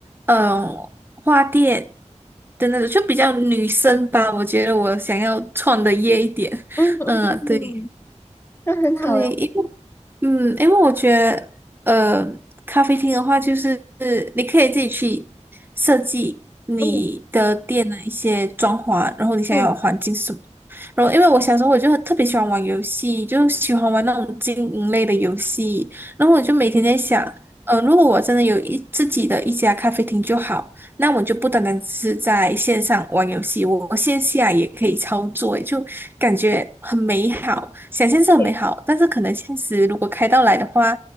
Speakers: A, on the right; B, on the left.
A: 嗯、花店的那种，就比较女生吧。我觉得我想要创的业一点，
B: 嗯
A: <laughs> 嗯，对。
B: 嗯，那很好哟。
A: 对，因为嗯，因为我觉得呃，咖啡厅的话，就是你可以自己去设计你的店的一些装潢，
B: 嗯
A: 然后你想要的环境是什么。
B: 嗯
A: 然后，因为我小时候我就特别喜欢玩游戏，就喜欢玩那种经营类的游戏。然后我就每天在想，
B: 嗯，
A: 呃，如果我真的有一自己的一家咖啡厅就好。那我就不单单只是在线上玩游戏，我我线下也可以操作，就感觉很美好，想象是很美好，
B: 对，
A: 但是可能现实如果开到来的话，